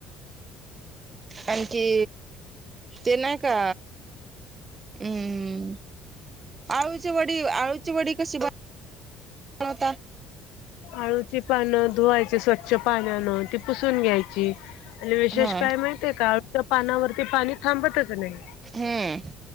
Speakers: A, on the right; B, on the left.
A: आणखी ते नाही का! हम्म... आळूची वडी आळूची वडी कशी बनता.
B: आळूची पानं धुवायची स्वच्छ पानानं, ती पुसून घ्यायची, आणि विशेष
A: हा
B: काय माहितीये का? काळच्या पानावरती पाणी थांबतच नाही.
A: हम्म